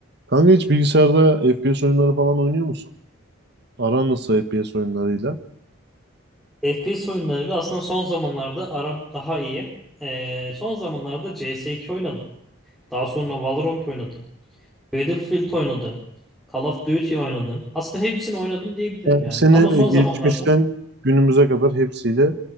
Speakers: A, on the right; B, in the centre.
A: Kanka hiç bilgisayarda FPS oyunları falan oynuyor musun? Aran nasıl FPS oyunlarıyla?
B: FPS oyunlarıyla aslında son zamanlarda aram daha iyi. Ee, son zamanlarda CS2 oynadım. Daha sonra Valorant oynadım. Battlefield oynadım. Call of Duty oynadım. Aslında hepsini oynadım diyebilirim
A: Yani
B: yani.
A: seni
B: Ama son
A: e, geçmişten
B: zamanlarda
A: günümüze kadar hepsiyle